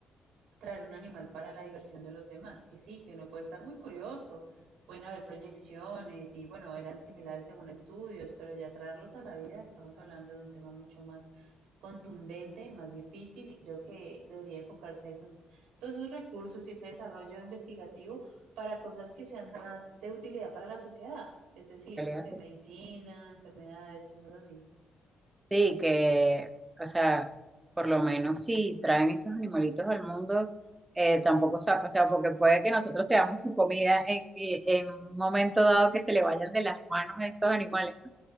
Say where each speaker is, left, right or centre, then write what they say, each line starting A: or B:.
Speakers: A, on the right (about 65°); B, on the right (about 20°).
A: traer un animal para la diversión de los demás, que sí, que uno puede estar muy curioso, pueden haber proyecciones y bueno, eran similares según estudios, pero ya traerlos a la vida estamos hablando de un tema mucho más contundente, más difícil y creo que debería enfocarse esos, todos esos recursos y ese desarrollo investigativo para cosas que sean más de utilidad para la sociedad, es decir,
B: ¿Qué le
A: no
B: hace?
A: sé, medicina, enfermedades, cosas así.
B: Sí, que, o sea, por lo menos si traen estos animalitos al mundo, eh, tampoco, sa- o sea, porque puede que nosotros seamos su comida en, y- en un momento dado que se le vayan de las manos a estos animales, ¿no?